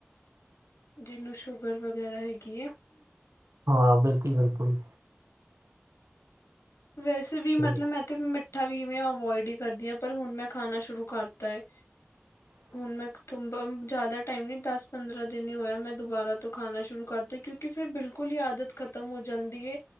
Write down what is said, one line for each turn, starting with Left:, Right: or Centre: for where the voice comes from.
Left: ਜਿਨੂੰ ਸ਼ੂਗਰ ਵਗੈਰਾ ਹੈਗੀ ਏ।
Right: ਹਾਂ, ਬਿਲਕੁਲ-ਬਿਲਕੁਲ।
Left: ਵੈਸੇ ਵੀ
Right: ਸੋ,
Left: ਮਤਲਬ ਮੈਂ ਤੇ ਮਿੱਠਾ ਵੀ ਅਵੋਏਡ ਈ ਕਰਦੀ ਆਂ ਪਰ ਹੁਨ ਮੈਂ ਖਾਨਾ ਸ਼ੁਰੂ ਕਾਰਤਾ ਏ।
Right: <inaudible>
Left: ਹੁਨ ਮੈਂ ਕਤੁਬਬ ਜਾਦਾ ਟਾਈਮ ਨੀ ਦੱਸ, ਪੰਦਰਾਂ ਦਿਨ ਈ ਹੋਏ ਆ। ਮੈਂ ਦੁਬਾਰਾ ਤੋਂ ਖਾਨਾ ਸ਼ੁਰੂ ਕਾਰਤਾ ਕਿਉਕਿ ਕੇ ਫੇਰ ਬਿਲਕੁਲ ਈ ਆਦਤ ਖ਼ਤਮ ਹੋ ਜਾਂਦੀ ਏ,